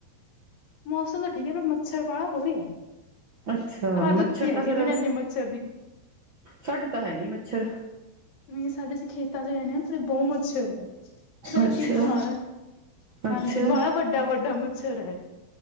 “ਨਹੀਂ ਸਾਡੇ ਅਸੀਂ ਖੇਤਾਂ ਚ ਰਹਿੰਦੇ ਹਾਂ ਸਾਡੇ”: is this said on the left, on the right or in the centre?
Left